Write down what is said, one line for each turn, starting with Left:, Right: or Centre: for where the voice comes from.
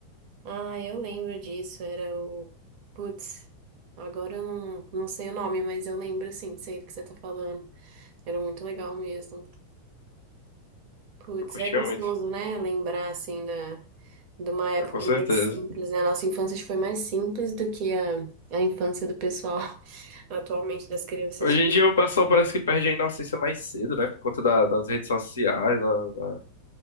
Right: Ah, eu lembro disso. Era o. Putz, agora eu não, não sei o nome, mas eu lembro sim, sei do que você tá falando. Era muito legal mesmo. Putz,
Left: Eu curtia
Right: é gostoso,
Left: muito.
Right: né? Lembrar, assim, da, de uma época
Left: Ah, com certeza.
Right: mais simples, né? A nossa infância acho que foi mais simples do que a, a infância do pessoal <laughs> atualmente das crianças.
Left: Hoje
Right: de-
Left: em
Right: hoje.
Left: dia o pessoal parece que perde a inocência mais cedo, né? Por conta da- das redes sociais, da,